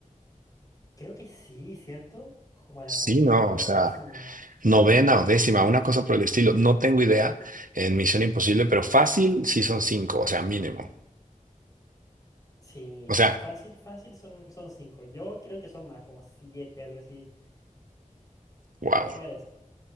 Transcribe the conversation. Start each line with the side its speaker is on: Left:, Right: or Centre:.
Left: Creo que sí, ¿cierto? Como a la novena
Right: Sí, no, o sea,
Left: o décima.
Right: novena
Left: Exacto.
Right: o décima, una cosa por el estilo. No tengo idea en Misión Imposible, pero fácil sí son cinco, o sea, mínimo.
Left: Sí,
Right: O sea,
Left: fácil, fácil son, son cinco. Yo creo que son más, como siete, algo así.
Right: wow.
Left: Puede ser.